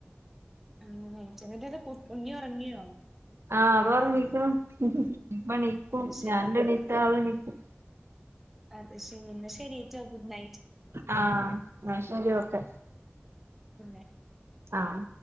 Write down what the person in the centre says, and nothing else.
അധ് <unintelligible> അത് കുഞ്ഞി ഉറങ്ങിയോ
അത് ശരി.
അത് ശരി എന്നാ ശരിട്ടൊ ഗുഡ് നൈറ്റ്
ഗൂഡണൈറ്